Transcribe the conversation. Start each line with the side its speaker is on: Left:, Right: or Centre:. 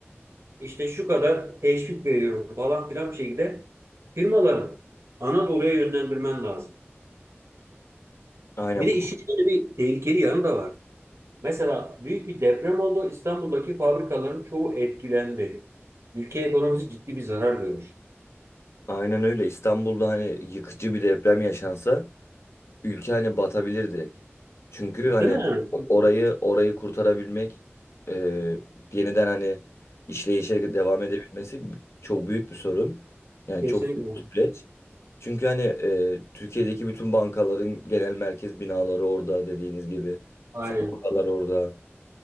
Right: İşte şu kadar teşvik veriyorum falan filan bir şekilde firmaları Anadolu'ya yönlendirmen lazım.
Left: aynen
Right: Bir de
Left: bu-
Right: işin içinde bir tehlikeli yanı da var. Mesela büyük bir deprem oldu. İstanbul'daki fabrikaların çoğu etkilendi. Ülke ekonomisi ciddi bir zarar görür.
Left: aynen öyle. İstanbul'da hani yıkıcı bir deprem yaşansa ülke hani batabilir direkt. Çünkü hani
Right: Değil mi?
Left: orayı orayı kurtarabilmek e, yeniden hani işleyişe devam edebilmesi çok büyük bir sorun. Yani
Right: Kesinlikle.
Left: çok büyük bir süreç. Çünkü hani e, Türkiye'deki bütün bankaların genel merkez binaları orada dediğiniz gibi.
Right: Aynen.
Left: Fabrikalar orada.